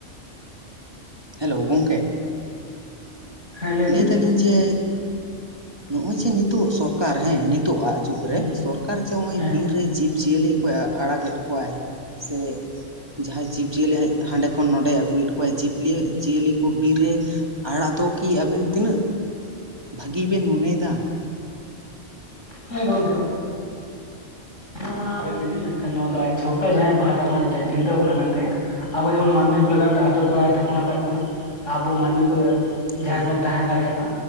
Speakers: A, on the right; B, on the left.
A: ᱦᱮᱞᱳ ᱜᱚᱝᱠᱮ
B: ᱦᱮᱸ
A: ᱞᱟᱹᱭ
B: ᱵᱤᱱ
A: ᱮᱫ ᱟᱞᱤᱧ ᱡᱮ ᱱᱚᱜᱼᱚᱭ ᱡᱮ ᱱᱤᱛᱚᱜ ᱥᱚᱨᱠᱟᱨ ᱦᱮᱸ ᱱᱤᱛᱚᱜ ᱟᱜ <unintelligible> ᱡᱩᱜ
B: ᱦᱮᱸ
A: ᱨᱮ ᱥᱚᱨᱠᱟᱨ ᱡᱮ ᱱᱚᱜ ᱚᱭ
B: ᱦᱮᱸ
A: ᱵᱤᱨ ᱨᱮ ᱡᱤᱵᱽ ᱡᱤᱭᱟᱹᱞᱤ ᱠᱚᱭ ᱟᱲᱟᱜᱮᱫ ᱠᱚ <unintelligible> ᱠᱚᱣᱟᱭ ᱥᱮ ᱡᱟᱦᱟᱸᱭ ᱡᱤᱵᱽᱼᱡᱤᱭᱟᱹᱞᱤ ᱦᱟᱸᱰᱮ ᱠᱷᱚᱱ ᱱᱚᱸᱰᱮᱭ ᱟᱹᱜᱩᱭᱮᱫ ᱠᱚᱣᱟᱭ ᱡᱤᱵᱽᱞᱤ ᱡᱤᱭᱟᱹᱞᱤ ᱠᱚ ᱵᱤᱨ ᱨᱮ ᱟᱲᱟᱜ ᱫᱚ ᱠᱤ ᱟᱵᱮᱱ ᱛᱤᱱᱟᱹᱜ ᱵᱷᱟᱹᱜᱤ ᱵᱮᱱ ᱢᱚᱱᱮ ᱭᱮᱫᱟ᱾
B: ᱦᱮᱸ ᱜᱚᱢᱠᱮ ᱚᱱᱟ ᱢᱟ ᱞᱮᱭᱟᱞᱤᱧᱟᱹ ᱢᱮᱱᱠᱷᱟᱱ ᱱᱚᱣᱟ ᱫᱚ ᱟᱡ ᱥᱚᱨᱠᱟᱨ ᱡᱟᱦᱟᱸᱭ ᱯᱟᱦᱟᱴᱟ ᱠᱷᱚᱱ ᱟᱡ ᱪᱤᱱᱛᱟᱹ ᱵᱷᱟᱵᱱᱟ ᱠᱟᱱ ᱛᱟᱭᱟ ᱟᱵᱚ ᱡᱮᱢᱚᱱ ᱢᱟᱱᱢᱤ ᱠᱚ ᱞᱟᱜᱟᱱ ᱟᱛᱳ ᱴᱚᱞᱟᱨᱮ
A: ᱦᱳᱭ
B: ᱛᱷᱟᱯᱚᱱ ᱟᱠᱟᱫ ᱵᱚᱱᱟ ᱟᱵᱚ ᱢᱟᱹᱱᱢᱤ ᱠᱚ ᱡᱟᱦᱟ
A: ᱦᱳᱭ
B: ᱵᱚᱱ
A: ᱦᱳᱭ
B: ᱛᱟᱦᱮᱸ ᱫᱟᱲᱮᱭᱟᱜ ᱢᱟ